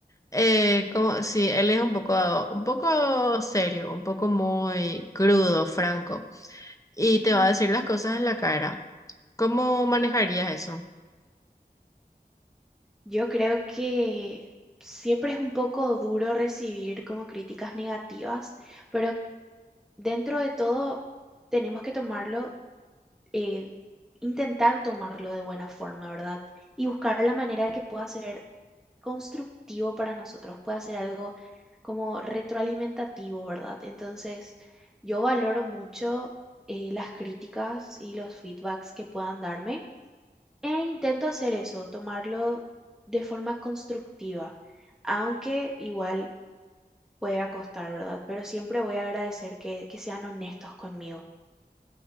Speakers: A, on the left (about 20°); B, in the centre.
A: Eh, como, sí, él es un poco, un poco serio, un poco muy crudo, franco, y
B: Ujú.
A: te va a decir las cosas en la cara. ¿Cómo manejarías eso?
B: Yo creo que siempre es un poco duro recibir como críticas negativas, pero dentro de todo tenemos que tomarlo, eh, intentar tomarlo de buena forma, ¿verdad? Y buscar la manera de que pueda ser constructivo para nosotros, pueda ser algo como retroalimentativo, ¿verdad? Entonces, yo valoro mucho eh, las críticas y los feedbacks que puedan darme. E intento hacer eso, tomarlo de forma constructiva, aunque igual pueda costar, ¿verdad? Pero siempre voy a agradecer que, que sean honestos conmigo.